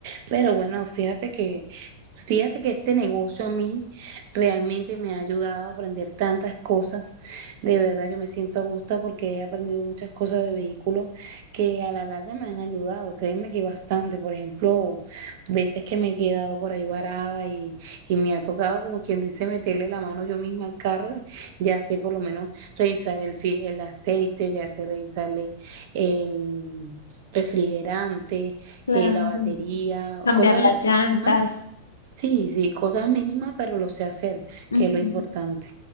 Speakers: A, on the right (about 55°); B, on the left (about 85°).
A: Pero bueno, fíjate que, fíjate que este negocio a mí realmente me ha ayudado a aprender tantas cosas. De verdad, yo me siento a gusto porque he aprendido muchas cosas de vehículos que a la larga me han ayudado. Créeme que bastante. Por ejemplo, veces que me he quedado por ahí varada y, y me ha tocado, como quien dice, meterle la mano yo misma al carro. Ya sé por lo menos revisar el, fi- el aceite, ya sé revisarle el refrigerante,
B: Claro.
A: eh, la batería,
B: Cambiar
A: cosas
B: las llantas.
A: mínimas. Sí, sí, cosas mínimas, pero lo sé hacer,
B: Ujú.
A: que es lo importante.